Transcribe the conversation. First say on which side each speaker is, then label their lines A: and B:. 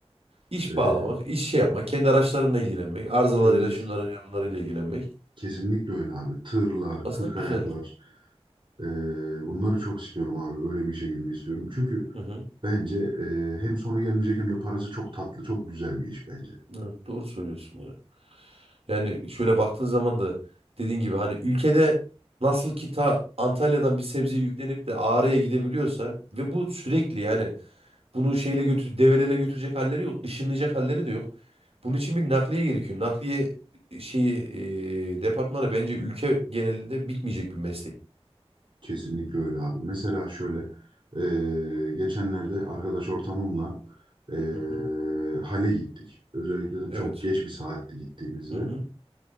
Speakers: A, on the right (about 65°); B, on the right (about 50°).
A: İş
B: Eee,
A: bağlamak, iş şey yapmak, kendi araçlarınla ilgilenmek, arızalarıyla
B: evet,
A: şunlarıyla bunlarıyla ilgilenmek.
B: kesinlikle öyle abi. Tırlar,
A: Aslında
B: kırk
A: güzel.
B: ayaklar, Ee, bunları çok istiyorum abi. Böyle bir işe girmeyi istiyorum. Çünkü
A: Hı hı.
B: bence e, hem sonu gelmeyecek hem de parası çok tatlı, çok güzel bir iş bence.
A: Evet, doğru söylüyorsun ya. Yani şöyle baktığın zaman da dediğin gibi hani ülkede nasıl ki ta Antalya'dan bir sebze yüklenip de Ağrı'ya gidebiliyorsa ve bu sürekli yani bunu şeyle götür develele götürecek halleri yok, ışınlayacak halleri de yok. Bunun için bir nakliye gerekiyor. Nakliye e, şeyi e, departmanı bence ülke genelinde bitmeyecek bir meslek.
B: Kesinlikle öyle abi. Mesela şöyle e, geçenlerde arkadaş ortamımla e,
A: Hı hı.
B: hale gittik. Özellikle de
A: Evet.
B: çok geç bir saatte gittiğimizde.
A: Hı hı.